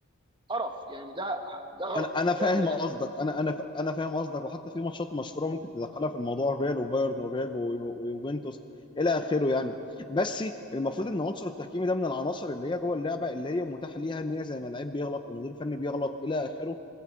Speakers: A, on the right (about 20°); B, on the left (about 20°).
A: قرف يعني ده ده غلط
B: انا انا
A: ده
B: فاهم
A: كلام
B: قصدك انا انا ف- انا فاهم قصدك وحتى في ماتشات مشهوره ممكن تدخلها في الموضوع الريال وبايرن والريال ويو- ويوفنتوس الى اخره يعني بس المفروض ان عنصر التحكيمي ده من العناصر اللي هي جوه اللعبه اللي هي متاح ليها ان هي زي ما لعيب بيغلط او مدير فني بيغلط الى اخره